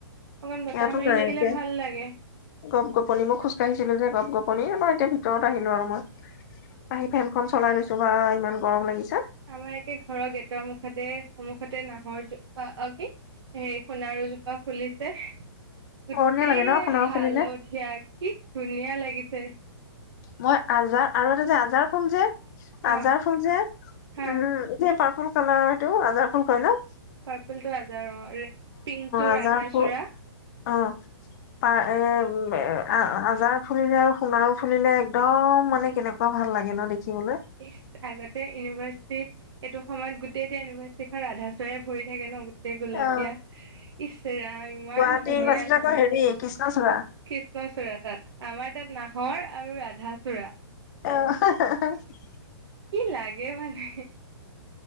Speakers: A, on the right; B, on the left.
A: অকণ বতাহ
B: ইয়াতো
A: মাৰি
B: নাইে
A: থাকিলে ভাল লাগে
B: গপ গপনি মই খোজকাঢ়িছিলো যে গপ গপ কণী নাপাৰ এতিয়া ভিতৰত আহিলো আৰু মই। আহি ফেনখন চলাই লৈছো বা ইমান গৰম লাগিছে।
A: আমাৰ একে ঘৰৰ গেটৰ মুখতে সন্মুখতে নাহৰ জোপা কি হে সোণাৰু জোপা ফুলিছে গোটেই
B: গৰমীয়া লাগে ন আপোনাৰ
A: হালধীয়া
B: ফালে
A: কি ধুনীয়া লাগিছে
B: মই আজাৰ আৰু যে আজাৰখন ফুল যে
A: অ',
B: আজাৰ ফুল যে
A: হা
B: উম এ পাৰ ফুল খ এইটো আজাৰ ফুল খ লও
A: পাৰ্পল টো আজাৰৰ পিংকটে
B: আজাৰ
A: ৰাধা-চোড়া
B: ফুল অ প এ আজাৰা ফুলিলে আৰু সোণাৰো ফুলিলে একদম মানে কেনেকুৱা ভাল লাগে ন দেখিবলৈ
A: ই আগতে ইউনিভাৰ্চিটিত এইটো সময়ত গোটেই এতিয়া ইউনিভাৰ্চিটি খন ৰাধা-চুড়া ভৰি থাকে ন গুলপীয়া
B: অ
A: ইচৰাম ইমান
B: গুৱাহাটীৰ
A: ধুনীয়া
B: বাছত আকৌ হেৰি কৃষ্ণচূড়া
A: কৃষ্ণচূড়া তাত আমাৰ নাহৰ আৰু ৰাধা চুড়া
B: আহ
A: কি লাগে অ মানে